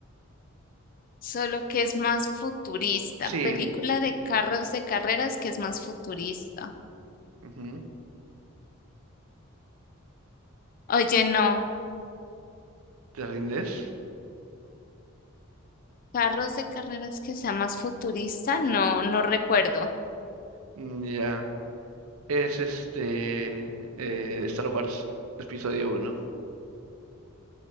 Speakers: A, on the left; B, on the right.
A: Solo que es más futurista.
B: Sí.
A: Película
B: n-
A: de carros de carreras que es más futurista.
B: ujú,
A: Oye, no.
B: ¿Te rindes?
A: Carros de carreras que sea más futurista, no, no recuerdo.
B: Mm, Ya. Es este eh, Star Wars episodio uno